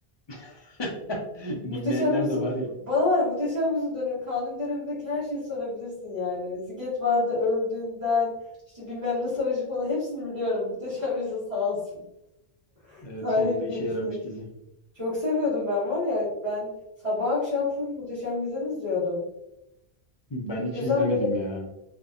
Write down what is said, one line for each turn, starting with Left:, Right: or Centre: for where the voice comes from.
Left: <laughs> bilmeyenler
Right: Muhteşem Yüzyıl
Left: de var ya.
Right: bana var ya Muhteşem Yüzyıl dönemi kanun dönemindeki her şeyi sorabilirsin yani. Ziget vardı öldüğünden işte bilmem ne savaşı falan hepsini biliyorum. Muhteşem Yüzyıl sağ olsun. <laughs>
Left: Evet,
Right: Tarihim
Left: sonunda işe
Right: gelişti.
Left: yaramış dizi.
Right: Çok seviyordum ben var ya ben sabah akşam full Muhteşem Yüzyıl izliyordum.
Left: Ben
Right: O
Left: hiç
Right: yüzden
Left: izlemedim
Right: böyle
Left: ya.